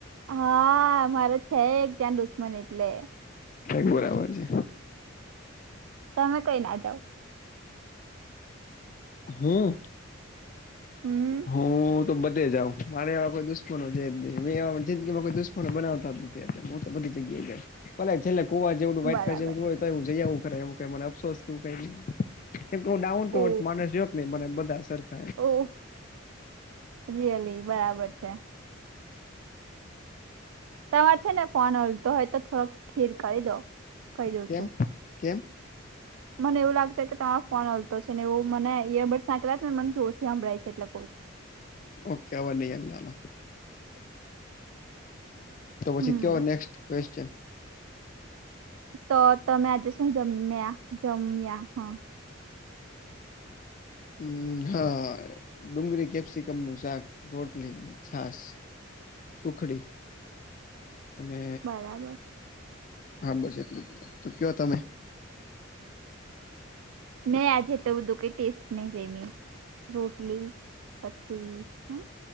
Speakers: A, on the right (about 90°); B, on the left (about 40°).
A: હા મારે છે, એક ત્યાં દુશ્મન એટલે.
B: કક બરાબર છે.
A: તમે કઈ ના જાવ,
B: હું
A: હમ
B: હું તો બધે જાવ મારે એવા કોઈ દુશ્મનો છે ની એવા જિંદગીમાં કોઈ દુશ્મનો બવતા તો બધી જગ્યાએ ભલે છેલ્લે, કુવા જેવું વાટકા
A: બરાબર
B: જેવું હોય તો એ જઈ આવવુ એવું ક અફસ કેવું કઈ, કેમ કે હું ડાઉન ટુર્થ
A: ઓ
B: માણસ, ન મને બધા સરખાય. <inaudible>
A: ઓ રિયલી બરાબર છે તમાર છે ને ફોન ઓલ તો હોય તો થોડોક ઠીર કરી દો. કહી દઉં
B: કેમ,
A: છું
B: કેમ?
A: મને એવું લાગત કે તમારો ફોન હલતો છે નેવું મને ઈયરબડસ નાખેલા ને મને જોરથી સાભળાય છે એટલે ક.
B: ઓકે અ ન એ લનો. તો પછી
A: હમ
B: કયો નેક્સ્ટ ક્વેશ્ચન?
A: તો તમે આજસ જમ જમમં હ?
B: હમ હા ડુંગળી કેપ્સિકમ નું શાક રોટલી છાસ. સુૂખડી. અને
A: બરાબર
B: હા બસ એટલું જ તો કયો તમે?
A: ન આજે તો બધું કઈ ટેસ્ટ નહી જઈમ. રોટલી પછી શું